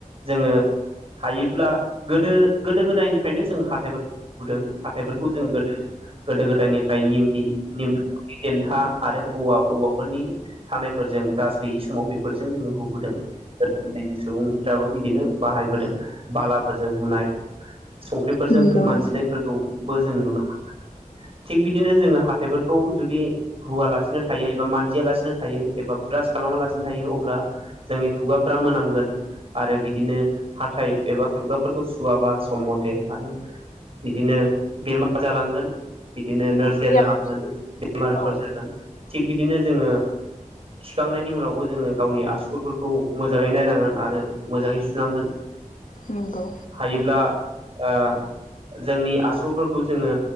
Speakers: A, on the right (about 45°); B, on the left (about 75°).
A: जोङो हायोब्ला गोदो गोदो गोदायनिफ्रायनो जोङो हाथाइफोरखौ होबोदों हाथाइफोरखौ जोङो गोदो गोदो गोदायनिफ्राय निम नि देन्था आरो औवा औ बेफोरनि थानायफोरजों ब्रास गैयि समाव बेफोरजों जोङो हुबोदों गोदो उन्दैनि सुबुंफ्राबो बिदिनो बाहायबोदों बालाफोरजों हुनाय संख्रिफोरजों
B: नंगौ
A: मानजिनायफोरखौबो जों नुनो मोनबोदों थिग बिदिनो जोङो हाथाइफोरखौ जुदि हुवालासिनो थायो एबा मान जियालासिनो थायो एबा ब्रास खालामालासिनो थायो अब्ला जोंनि खुगाफ्रा मोनामगोन आरो बिदिनो हाथाय एबा खुगाफोरखौ सुवाबा सम मथे आरो बिदिनो बेमार जालांगोन बिदिनो
B: आंनाव
A: नोरजिया
B: फैयाखै
A: जालांनानै बेमारफोर
B: औ
A: जागोन थिग बिदिनो जोङो खिखांनायनि उनावबो जोङो गावनि आसुगुरफोरखौ मोजाङै नायनांगोन आरो मोजाङै सुनांगोन <inaudible>
B: नंगौ
A: हायोब्ला ओ जोंनि आसलफोरखौ जोङो